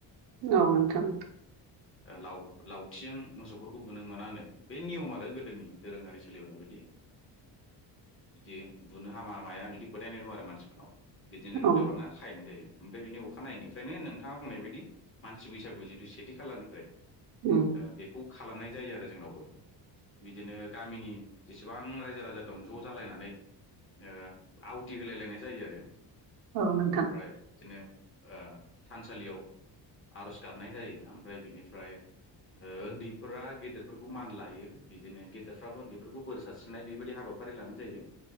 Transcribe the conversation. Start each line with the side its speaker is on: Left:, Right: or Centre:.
Right: औ नोंथां।
Left: ओ लाव लावथिजों मोसौफोरखौ बुनो मोनानो बे नियम आरो गोदोनि दोरोङारि सोलिबोनाय बायदि
Right: <unintelligible>
Left: बिदि बुनो हामा माया बिदि फोथायनाय दं आरो मानसिफोरनाव बिदिनो
Right: औ
Left: दुब्लियाव लांना खाहैनाय जायो ओमफ्राय बिनि अखानायैनिफ्रायनो नोंथाङा बुंनाय बायदि मानसि बैसागु जिथु सेथि खालारनिफ्राय
Right: उम
Left: ओ बेखौ खालामनाय जायो आरो जोंनावबो। बिदिनो गामिनि जेसेबां रायजो राजा दं ज' जालायनानै ओ आवथि होलायलायनाय जायो आरो
Right: औ नोंथां
Left: ओमफ्राय बिदिनो ओ थानसालियाव आर'ज गाबनाय जायो ओमफ्राय बिनिफ्राय ओ उन्दैफोरा गेदेरफोरखौ मान लायो बिदिनो गेदेरफ्राबो उन्दैफोरखौ बोर सारस्रिनाय बेबायदि हाबा फारि लानाय जायो